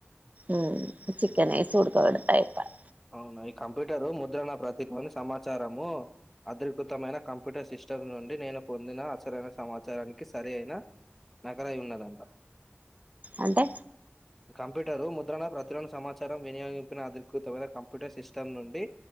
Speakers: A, on the right; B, in the centre.
A: ఉమ్ చికెన్ ఏసీ ఉడకబెడితే అయిపాయ్
B: అవునా ఈ కంప్యూటరు ముద్రణ ప్రతి పని సమాచారము అద్రి అద్భుతమైన కంప్యూటర్ సిస్టమ్స్ నుండి నేను పొందిన అసరైన సమాచారానికి సరి అయిన నకాలయి ఉన్నదంట
A: అంటే
B: కంప్యూటర్ ముద్రణ ప్రచురణ సమాచారం వినియోగింపిన అధికృతమైన కంప్యూటర్ సిస్టమ్ నుండి